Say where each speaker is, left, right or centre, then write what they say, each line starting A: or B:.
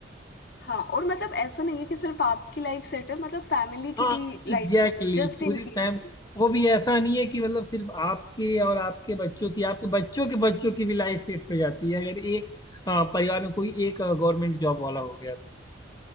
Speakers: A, on the left; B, on the left.
A: हाँ और मतलब ऐसा नहीं है कि सिर्फ आपकी लाइफ सेट है मतलब फैमिली
B: हाँ
A: की भी लाइफ
B: एग्जैक्टली
A: सेट है
B: exactly,
A: जस्ट
B: पूरी
A: इन
B: फैम
A: केस
B: वो भी ऐसा नहीं है कि मतलब सिर्फ आपके और आपके बच्चों की आपके बच्चों के बच्चों की भी लाइफ सेट हो जाती है अगर एक अ, परिवार में कोई एक गवर्नमेंट जॉब वाला हो गया तो